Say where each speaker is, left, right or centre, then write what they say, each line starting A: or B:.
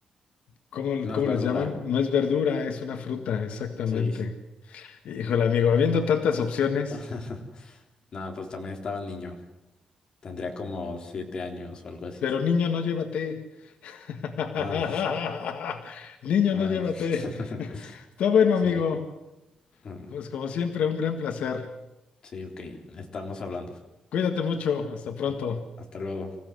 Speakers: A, on the left (about 85°); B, on the left (about 40°).
A: ¿Cómo,
B: No
A: cómo
B: es
A: les
B: verdura.
A: llaman? No es verdura, es una fruta, exactamente.
B: Sí.
A: Híjole, amigo, habiendo tantas opciones,
B: <laughs> Nada, pues también estaba niño. Tendría como siete años o algo así.
A: pero niño, no llévate. <laughs>
B: Ah,
A: Niño,
B: <laughs> bueno.
A: no llévate.
B: <laughs>
A: Está bueno,
B: Sí.
A: amigo.
B: Mm,
A: Pues como siempre, un gran placer.
B: Sí, ok. Estamos hablando.
A: Cuídate mucho, hasta
B: Ok,
A: pronto.
B: Hasta luego.